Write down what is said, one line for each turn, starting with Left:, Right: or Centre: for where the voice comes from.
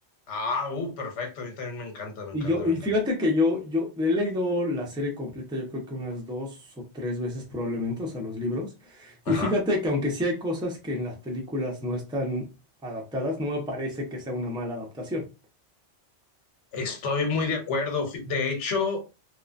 Left: Ah, uh, perfecto, a mí también me encanta, me
Centre: Y
Left: encanta,
Centre: yo,
Left: me
Centre: y
Left: encanta.
Centre: fíjate que yo, yo he leído la serie completa, yo creo que unas dos o tres veces probablemente, o sea, los libros. Y
Left: Ajá,
Centre: fíjate que aunque sí hay cosas que en las películas no están adaptadas, no me parece que sea una mala adaptación.
Left: estoy muy de acuerdo. Fi- De hecho,